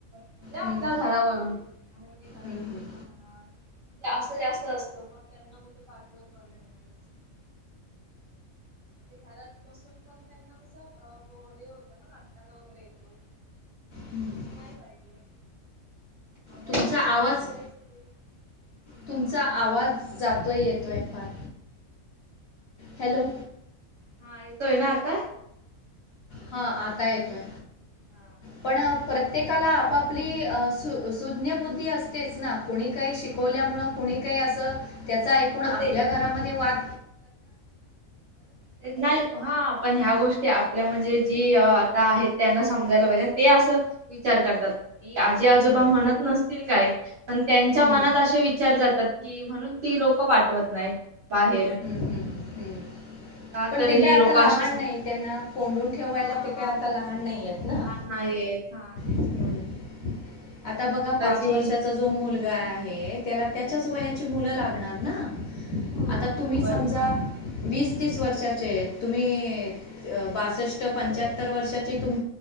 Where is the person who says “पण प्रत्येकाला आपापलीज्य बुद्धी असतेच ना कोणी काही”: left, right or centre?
Left